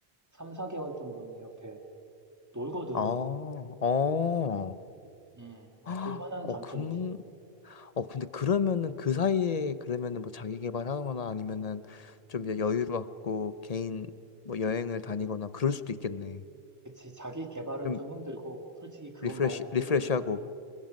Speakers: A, on the right; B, on the left.
A: 3, 4개월 정도는 이렇게 놀거든.
B: 아, 어,
A: 음,
B: 헉,
A: 그거 하나는
B: 어,
A: 장점이지.
B: 그, 어, 근데 그러면은 그 사이에 그러면은 뭐 자기 개발하거나 아니면은 좀 이제 여유롭고 개인 뭐 여행을 다니거나 그럴 수도 있겠네.
A: 그치, 자기 개발은
B: 좀
A: 좀 힘들고, 솔직히 그건
B: 리프레시,
A: 말 그대로
B: 리프레시하고.
A: 그냥,